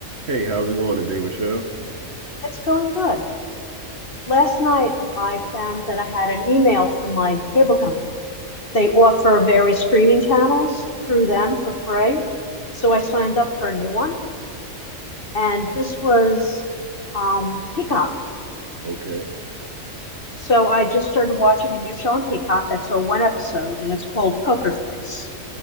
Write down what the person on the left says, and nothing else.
It's going good. Last night, I found that I had an email from my cable company. They offer various streaming channels through them for free. So I signed up for a new one, and this was um, Peacock.
So I just started watching a new show on Peacock. I saw one episode, and it's called Poker Face.